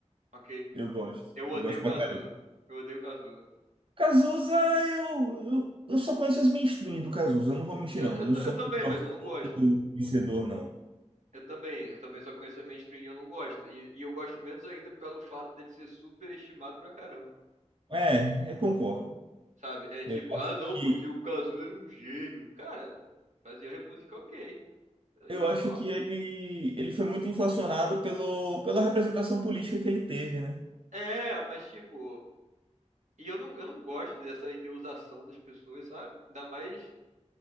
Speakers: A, on the right; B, on the right.
A: ok.
B: Eu gosto.
A: Eu odeio
B: Eu gosto
A: Cazuza.
B: pra caramba.
A: Eu odeio Cazuza.
B: Cazuza, eu, eu, eu só conheço as mainstream do Cazuza. Eu não vou mentir,
A: Eu,
B: não.
A: eu,
B: Não
A: ta-
B: sou
A: eu também,
B: um profundo
A: mas eu não gosto.
B: vencedor, não.
A: Eu também, eu também só conheço as mainstream e eu não gosto. E, e eu gosto menos ainda pelo fato dele ser super estimado pra caramba.
B: É, eu concordo.
A: Sabe? É tipo,
B: Eu
A: ah
B: acho
A: não,
B: que,
A: porque o Cazuza era um gênio. Cara, fazia música ok.
B: eu
A: Isso
B: acho
A: lá.
B: que ele, ele foi muito inflacionado pelo, pela representação política que ele teve, né?
A: É, mas tipo, e eu não, eu não gosto dessa endeusação das pessoas, sabe? Ainda mais